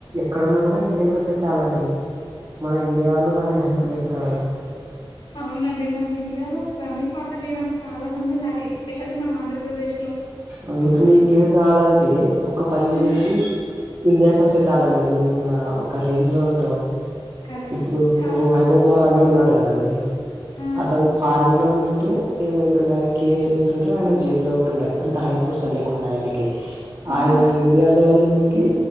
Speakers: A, on the right; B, on the left.
A: క్కడున్న కూడా ఇండియాకి ఓస్తే చాలండి మన ఇండియాలో వన్ని హైప్లుపుతారు
B: అవునండి మన ఇండియాలో పని పాట లేనొల్లు చాలా మంది ఉన్నారు ఎస్పెషల్లీ మన ఆంధ్రప్రదేశ్ లో
A: ఆ ఇప్పుడు
B: అందుకే
A: నీకు పేరు కావాలంటే ఒక పని
B: మ్మ్
A: చేసి ఇండియాకి ఓస్తే చాలాండి నువు ఇగ ఒక రేంజ్ లో ఉంటావు
B: కదా
A: ఇప్పుడు
B: ఆ
A: అయిబొమ్మ రవి ఉన్నాడు కదండి
B: ఆ
A: అతను ఫారెన్ లో ఉండి ఉంటే ఏమైతుండే కేసు వేస్తుంటిరి ఆయన జైల్లో ఉంటుండే అంత హైపుస్తా
B: అవును
A: లేకుంటె ఆయనకి
B: అవును
A: ఆయన <unintelligible> ఉన్నందుకి